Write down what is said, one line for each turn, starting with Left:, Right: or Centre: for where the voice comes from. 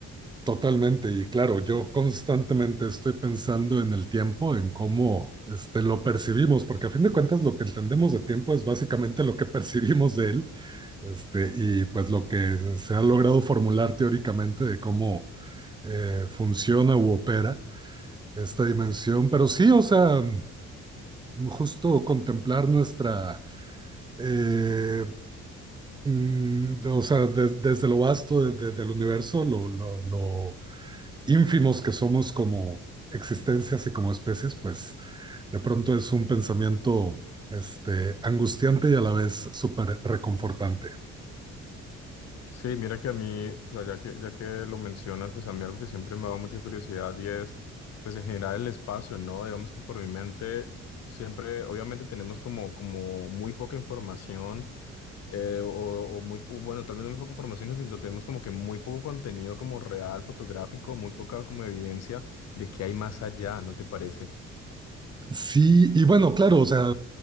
Right: totalmente. Y claro, yo constantemente estoy pensando en el tiempo, en cómo este, lo percibimos, porque a fin de cuentas lo que entendemos de tiempo es básicamente lo que <laughs> percibimos de él, este, y pues lo que se ha logrado formular teóricamente de cómo eh, funciona u opera esta dimensión. Pero sí, o sea, justo contemplar nuestra Eh, mm, de- o sea, des- desde lo vasto de- de- del universo, lo, lo- lo ínfimos que somos como existencias y como especies, pues de pronto es un pensamiento este, angustiante y a la vez súper reconfortante.
Left: Sí, mira que a mí, pues ya que, ya que lo mencionas, pues a mí algo que siempre me ha dado mucha curiosidad y es, pues en general el espacio, ¿no? Digamos que por mi mente siempre, obviamente tenemos como, como muy poca información eh, o, o muy, o bueno, tal vez no muy poca información, ¿no? sino tenemos como que muy poco contenido como real, fotográfico, muy poca como evidencia de que hay más allá, ¿no te parece?
Right: Sí, y bueno, claro, o sea,